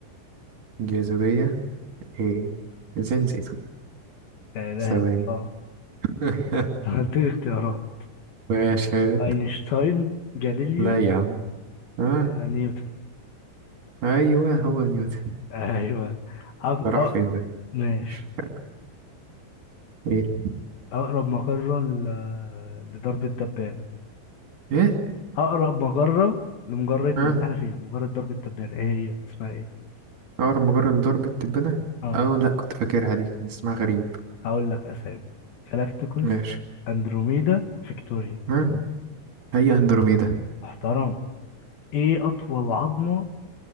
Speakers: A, on the right; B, on the left.
A: جاذبية إيه إزاي نسيته
B: آه، ده
A: ثواني
B: اه
A: <laughs>
B: <laughs> هديك اختيارات
A: واشهد
B: أينشتاين جاليليو
A: لا يا عم آه
B: آه، نيوتن
A: أيوه هو نيوتن
B: أيوه أق...
A: ده راح
B: أق...
A: فين ده
B: ماشي
A: مش فاهم إيه
B: أقرب مقرة ل... لضرب الدبانة
A: إيه
B: اقرب مجره لمجرتنا
A: آه
B: اللي احنا فيها مجره درب التبانة ايه هي اسمها ايه
A: أول مجرد ضرب التبانة
B: اه
A: أو لأ كنت فاكرها دي كان اسمها غريب
B: هقول لك اسامي جالاكتيكوس
A: ماشي
B: اندروميدا فيكتوريا
A: ها هي أندروميدا
B: محترم ايه اطول عظمه